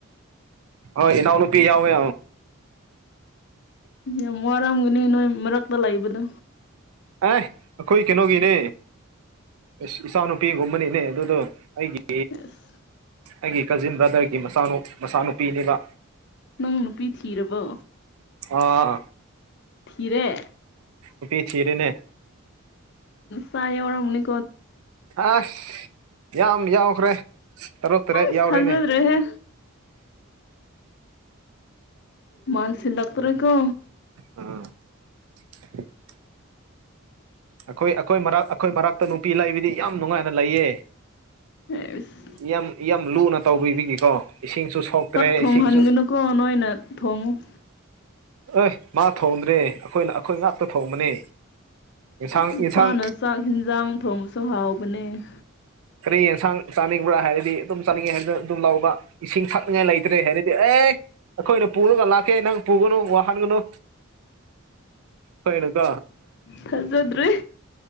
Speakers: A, on the right; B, on the left.
A: ꯍꯣꯏ ꯏꯅꯥꯎꯅꯨꯄꯤ ꯌꯥꯎꯋꯦ
B: ꯌꯥꯝ ꯋꯥꯔꯝꯒꯅꯤ ꯅꯣꯏ ꯃꯔꯛꯇ ꯂꯥꯛꯏꯕꯗꯣ
A: ꯑꯦ ꯑꯩꯈꯣꯏ ꯀꯩꯅꯣꯒꯤꯅꯦ ꯏꯁꯁ ꯏꯆꯥꯅꯨꯄꯤꯒꯨꯝꯕꯅꯤꯅꯦ ꯑꯗꯨꯗꯣ ꯑꯩꯒꯤ
B: ꯑꯁ
A: ꯑꯩꯒꯤ ꯀꯖꯤꯟ ꯕ꯭ꯔꯗꯔꯒꯤ ꯃꯆꯥꯅꯨꯄꯤꯅꯤꯕ
B: ꯅꯪ ꯅꯨꯄꯤ ꯊꯤꯔꯕꯣ
A: ꯑꯥ
B: ꯏꯔꯦ
A: ꯎꯄꯤꯦ ꯆꯤꯔꯅꯦ
B: ꯆꯥꯏꯧꯔꯥ ꯃꯨꯅꯤ
A: ꯑꯁ ꯌꯥꯝ ꯌꯥꯎꯈ꯭ꯔꯦ ꯇꯔꯨꯛ ꯇꯔꯦꯠ
B: ꯑꯁ
A: ꯌꯥꯎꯔꯤꯅꯦ
B: ꯊꯥꯖꯗ꯭ꯔꯦꯍꯦ ꯃꯥꯟꯁꯤꯜ ꯂꯛꯇꯔꯦꯀꯣ
A: ꯑꯥ <unintelligible> ꯑꯩꯈꯣꯏ ꯑꯩꯈꯣꯏ ꯃꯔꯛ ꯑꯩꯈꯣꯏ ꯃꯔꯛꯇ ꯅꯨꯄꯤ ꯂꯩꯕꯤꯗꯤ ꯌꯥꯝ ꯅꯨꯡꯉꯥꯏꯅ ꯂꯩꯌꯦ
B: ꯑꯁ
A: ꯌꯥꯝ ꯌꯥꯝ ꯂꯨꯅ ꯇꯧꯕꯤꯕꯒꯤꯀꯣ ꯏꯁꯤꯡꯁꯨ ꯁꯣꯛꯇ꯭ꯔꯦ
B: ꯆꯥꯛ ꯊꯣꯡꯍꯟꯒꯅꯨꯀꯣ
A: ꯏꯁꯤꯡꯁꯨ
B: ꯅꯣꯏꯅ ꯊꯣꯡꯉꯨ
A: ꯑꯦ ꯃꯥ ꯊꯣꯡꯗ꯭ꯔꯦ ꯑꯩꯈꯣꯏꯅ ꯑꯩꯈꯣꯏ ꯉꯥꯛꯇ ꯊꯣꯡꯕꯅꯦ ꯌꯦꯟꯁꯥꯡ
B: ꯅꯨꯄꯥꯅ
A: ꯌꯦꯟꯁꯥꯡ
B: ꯆꯥꯛ ꯍꯤꯟꯖꯥꯡ ꯊꯣꯡꯕꯁꯨ ꯍꯥꯎꯕꯅꯦ
A: ꯀꯔꯤ ꯌꯦꯟꯁꯥꯡ ꯆꯥꯅꯤꯡꯕ꯭ꯔ ꯍꯥꯏꯔꯗꯤ ꯑꯗꯨꯝ ꯆꯥꯅꯤꯡꯉꯦ ꯍꯥꯏꯔꯅ ꯑꯗꯨꯝ ꯂꯧꯕ ꯏꯁꯤꯡ ꯊꯛꯅꯤꯡꯉꯥꯏ ꯂꯩꯇ꯭ꯔꯦ ꯍꯥꯏꯔꯗꯤ ꯑꯦ ꯑꯩꯈꯣꯏꯅ ꯄꯨꯔꯒ ꯂꯥꯛꯀꯦ ꯅꯪ ꯄꯨꯒꯅꯨ ꯋꯥꯍꯟꯒꯅꯨ ꯑꯩꯈꯣꯏꯅꯀꯣ
B: ꯊꯥꯖꯗ꯭ꯔꯦ